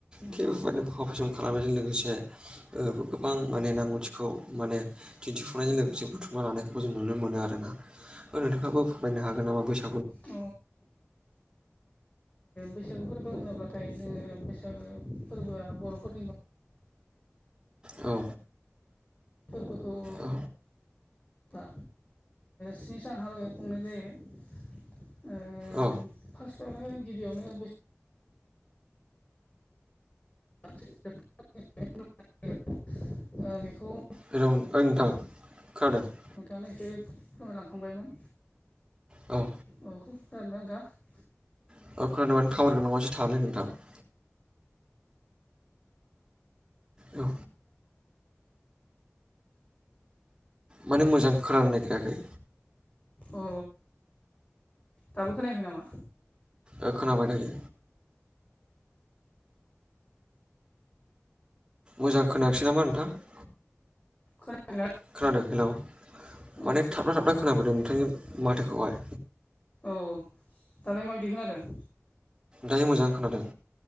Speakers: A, on the right; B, on the left.
A: थिग
B: उम
A: बेफोरबायदिनो
B: औ औ नंगौ
A: फाव फेसन खालामनायजों लोगोसे ओ गोबां माने रोंगौथिखौ माने दिन्थिफुंनायजों लोगोसे बुथुमा लानायखौबो जों नुनो मोनो आरोना। नोंथाङाबो फरायनो हागोन नामा बैसागु
B: <unintelligible> बैसागो फोरबो होनोब्लाथाय जोंङो बैसागो फोरबोआ बर'फोरनि मा
A: औ
B: फोरबोखौ
A: औ
B: बा स्नि सान हालागै खुंनाय जायो। ओ
A: औ
B: फार्स्टआवनो गिबियावनो <unintelligible> ओ बेखौ
A: हेलौ ओयै नोंथां खोनादों
B: नोंथांङानो एसे फोरमायलांखांबायमोन
A: औ
B: औ खोनादों ना नोंथाङा?
A: <unintelligible> औ माने मोजां खोनानो नागिराखै
B: अ दाबो खोनायाखै नामा?
A: ओ खोनाबाय दायो मोजां खोनायाखिसै नामा नोंथां
B: <unintelligible>
A: खोनादों हेलौ
B: औ
A: माने थाब्रा थाबथ्रा खोनाबोदों नोंथांनि माथोखौहाय
B: औ दालाय माबायदि खोनादों?
A: दायो मोजां खोनादों।